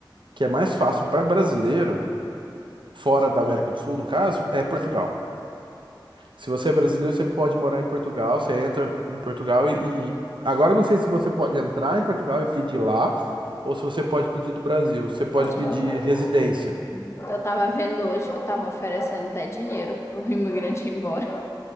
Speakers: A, on the right (about 80°); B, on the left (about 35°).
A: que é mais fácil para brasileiro, fora da América do Sul, no caso, é Portugal. Se você é brasileiro, você pode morar em Portugal, você entra em Portugal e, e- agora eu não sei se você pode entrar em Portugal e pedir lá, ou se você pode pedir do Brasil. Você pode
B: Gente.
A: pedir residência.
B: Uhum. Eu tava vendo hoje que estavam oferecendo até dinheiro pro <laughs> imigrante ir embora.